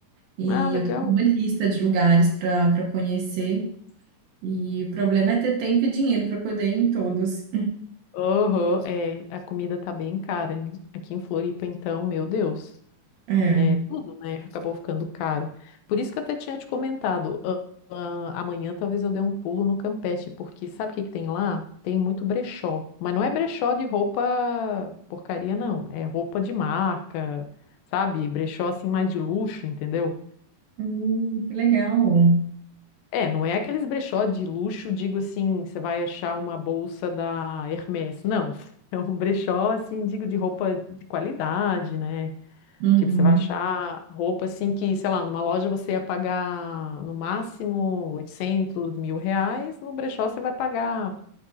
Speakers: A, on the right; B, on the left.
A: E
B: Ah, legal.
A: eu tô com uma lista de lugares para para conhecer. E o problema é ter tempo e dinheiro para poder ir em todos.
B: Aham, é, a comida tá bem cara hein? aqui em Floripa, então, meu Deus.
A: É.
B: É, tudo, né? Acabou ficando caro. Por isso que eu até tinha te comentado, ah, ah, amanhã talvez eu dê um pulo no Campeche, porque sabe o que que tem lá? Tem muito brechó. Mas não é brechó de roupa porcaria, não. É roupa de marca, sabe? Brechó assim mais de luxo, entendeu?
A: Hum, que legal.
B: É, não é aqueles brechó de luxo, digo assim, você vai achar uma bolsa da Hermès. Não. <laughs> É um brechó, assim, digo, de roupa de qualidade, né?
A: Uhum,
B: Tipo, você vai achar roupa assim que, sei lá, numa loja você ia pagar no máximo oitocentos mil reais, no brechó você vai pagar,